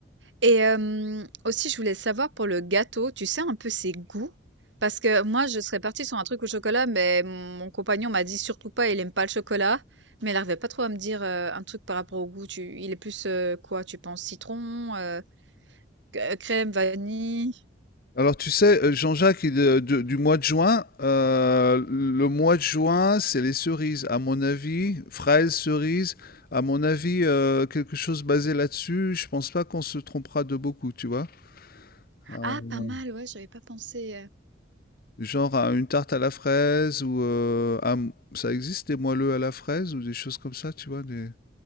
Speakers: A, on the right; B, on the left.
A: Et hem, aussi je voulais savoir pour le gâteau, tu sais un peu ses goûts? Parce que moi je serais partie sur un truc au chocolat, mais mon compagnon m'a dit: «Surtout pas, il aime pas le chocolat». Mais il arrivait pas trop à me dire, heu, un truc par rapport au goût. Tu il est plus, heu, quoi, tu penses citron, heu, c crème, vanille?
B: Alors tu sais, heu, Jean-Jacques, il, heu, de du mois de juin, heu, le mois de juin, c'est les cerises à mon avis, fraises, cerises, à mon avis, heu, quelque chose basé là-dessus, je pense pas qu'on se trompera de beaucoup, tu vois? Heu,
A: Ah pas mal, ouais, j'avais pas pensé, heu
B: genre à une tarte à la fraise ou, heu, un ça existe des moelleux à la fraise ou des choses comme ça, tu vois? Des